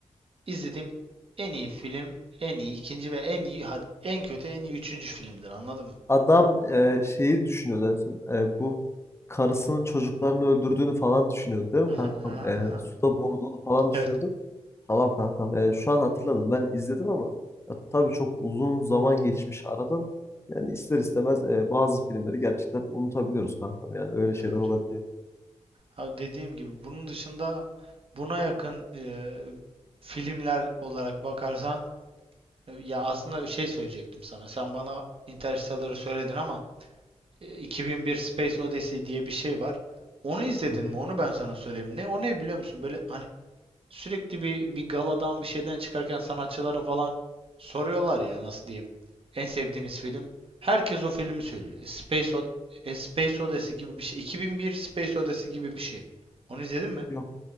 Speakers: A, on the right; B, on the left.
A: izlediğim en iyi film, en iyi ikinci ve en iyi hadi en kötü en iyi üçüncü filmdir. Anladın mı?
B: Adam e, şeyi düşünüyordu en son. E, bu karısının çocuklarını öldürdüğünü falan düşünüyordu değil mi
A: Aha,
B: kankam?
A: aha,
B: E,
A: aha.
B: suda boğulduğunu falan düşünüyordu.
A: Evet.
B: Tamam kankam. e, şu an hatırladım. Ben izledim ama ya, tabii çok uzun zaman geçmiş aradan. Yani ister istemez e, bazı filmleri gerçekten unutabiliyoruz kankam. Yani öyle şeyler
A: Tabii
B: olabiliyor.
A: canım. Ha, dediğim gibi bunun dışında buna yakın e, filmler olarak bakarsan e, ya aslında şey söyleyecektim sana. Sen bana Interstellar'ı söyledin ama e, 2001 Space Odyssey diye bir şey var. Onu izledin
B: Hı hı.
A: mi? Onu ben sana söyleyeyim. Ne o ne biliyor musun? Böyle hani Sürekli bir, bir galadan bir şeyden çıkarken sanatçılara falan soruyorlar ya nasıl diyeyim. En sevdiğiniz film. Herkes o filmi söylüyor. E, Space, Od e, Space Odyssey gibi bir şey. 2001 Space Odyssey gibi bir şey. Onu izledin mi?
B: Yok